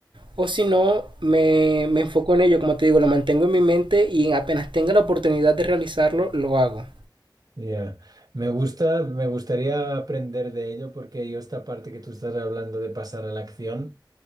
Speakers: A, on the right; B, on the right.
A: O si no, me, me enfoco en ello, como te digo, lo mantengo en mi mente y apenas tenga la oportunidad de realizarlo, lo hago.
B: ya. Me gusta, me gustaría aprender de ello porque yo esta parte que tú estás hablando de pasar a la acción.